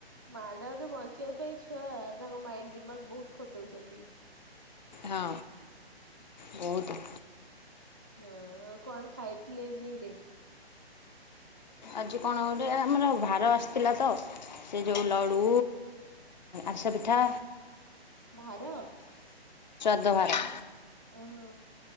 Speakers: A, on the right; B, on the left.
A: ମାଡରୁ ବଞ୍ଚିବା ପାଇଁ ଛୁଆ ତାଙ୍କ ମାଇଣ୍ଡ ଦିମାଗ ବହୁତ ଖଟଉଛନ୍ତି।
B: ହଁ ବହୁତ।
A: ହଁ କଣ ଖାଇଥିଲେ ଇଭିନିଂ ରେ?
B: ଆଜି କଣ ଗୋଟେ ଆମର ଭାର ଆସିଥିଲା ତ। ସେ ଯଉ ଲଡ଼ୁ ଆରସା ପିଠା।
A: ଭାର।
B: ବୁଧବାର।
A: ଓ ହୋ।